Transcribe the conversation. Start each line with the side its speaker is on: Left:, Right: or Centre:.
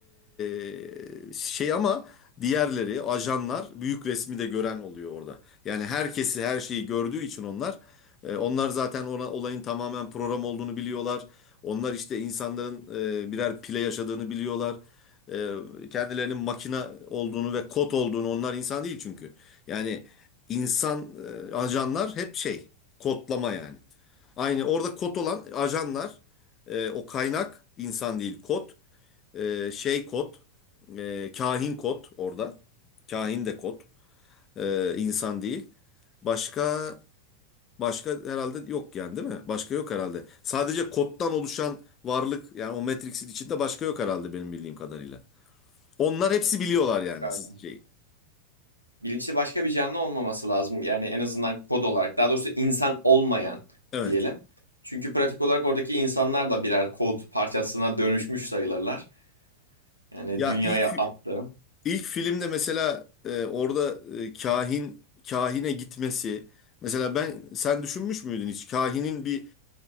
Left: e, şey ama diğerleri ajanlar büyük resmi de gören oluyor orada. Yani herkesi her şeyi gördüğü için onlar e, onlar zaten ona, olayın tamamen program olduğunu biliyorlar. Onlar işte insanların e, birer pile yaşadığını biliyorlar. E, kendilerinin makina olduğunu ve kod olduğunu onlar insan değil çünkü. Yani insan e, ajanlar hep şey kodlama yani. Aynı orada kod olan ajanlar e, o kaynak insan değil kod e, şey kod e, kahin kod orada kahin de kod e, insan değil. Başka başka herhalde yok yani değil mi? Başka yok herhalde. Sadece koddan oluşan varlık yani o Matrix'in içinde başka yok herhalde benim bildiğim kadarıyla. Onlar hepsi biliyorlar yani
Right: galiba.
Left: siz- şey.
Right: Bilinçli başka bir canlı olmaması lazım. Yani en azından kod olarak. Daha doğrusu insan olmayan
Left: Evet.
Right: diyelim. Çünkü pratik olarak oradaki insanlar da birer kod parçasına dönüşmüş sayılırlar. Yani
Left: Ya
Right: dünyaya
Left: ilk
Right: attı.
Left: ilk filmde mesela e, orada e, kahin kahine gitmesi mesela ben sen düşünmüş müydün hiç kahinin bir